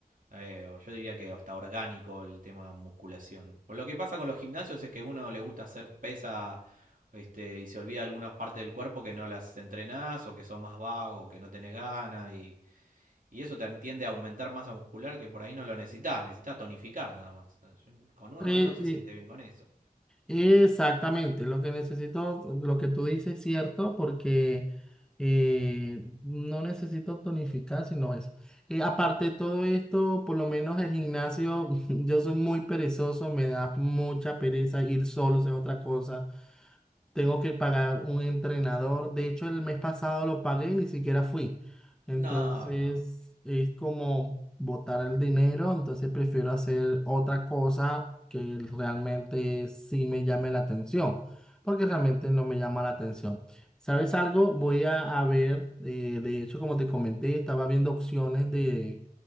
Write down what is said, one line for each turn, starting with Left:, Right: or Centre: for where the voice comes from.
Right: eh, yo diría que hasta orgánico el tema musculación. Por lo que pasa con los gimnasios es que a uno le gusta hacer pesa este, y se olvida algunas partes del cuerpo que no las entrenás o que son más vagos, que no tenés ganas y, y eso te tiende a aumentar masa muscular que por ahí no lo necesitas, necesitas tonificar nada más. Con uno,
Centre: Sí,
Right: uno se siente bien con eso.
Centre: Exactamente, lo que necesito, lo que tú dices es cierto, porque eh, no necesito tonificar, sino eso. Eh, aparte de todo esto, por lo menos el gimnasio, <laughs> yo soy muy perezoso, me da mucha pereza ir solo, es otra cosa. Tengo que pagar un entrenador. De hecho, el mes pasado lo pagué y ni siquiera fui. Entonces,
Right: No, no.
Centre: es como botar el dinero. Entonces, prefiero hacer otra cosa que realmente sí me llame la atención, porque realmente no me llama la atención. ¿Sabes algo? Voy a, a ver, eh, de hecho, como te comenté, estaba viendo opciones de,